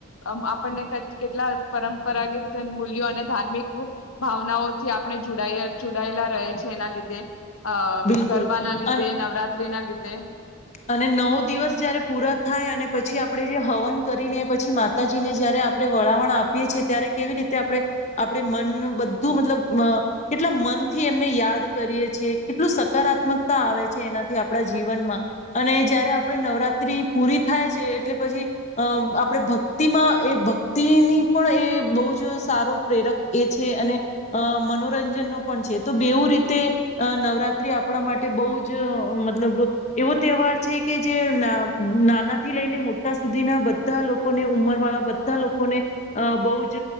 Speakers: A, on the left; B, on the left.
A: આમ આપણને કેટલા પરંપરાગત મૂલ્યો અને ધાર્મિક ભાવનાઓથી આપણે જોડાયા-જોડાયેલા રહે છે એના લીધ ધે અ
B: બિલકુલ
A: ગરબાના લીધે
B: અને
A: નવરાત્રિ ના લિ તે
B: અને નવ દિવસ જયારે પૂરા થાય અને પછી આપણે જે હવન કરીને પછી માતાજીને જયારે આપણે વળાવણ આપીએ છેએ. ત્યારે કેવી રીતે આપણે આપણે મન બધું મતલબ અ કેટલા મનથી એમને યાદ કરીએ છીએ કેટલું સકારાત્મકતા આવે છે એનાથી આપણા જીવનમાં અને જયારે આપણે નવરાત્રિ પૂરી થાય છે એટલે પછી અ આપણે ભક્તિમાં એ ભક્તિની પણ એ બહુ જ સારો પ્રેરક એ છે અને અ મનોરંજનનો પણ છે તો બેવું રીતે નવરાત્રિ આપડા માટે બહુ જ મતલબ એવો તહેવાર છે કે જે ના-નાના થી લઈને મોટા સુધીના બધા લોકોને ઉંમરવાળા બધા લોકોને બહુ જ